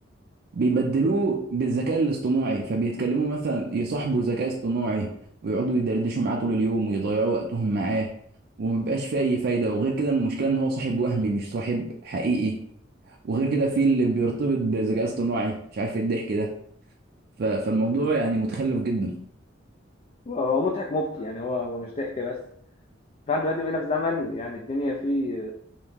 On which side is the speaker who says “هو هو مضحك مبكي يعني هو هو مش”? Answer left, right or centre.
Left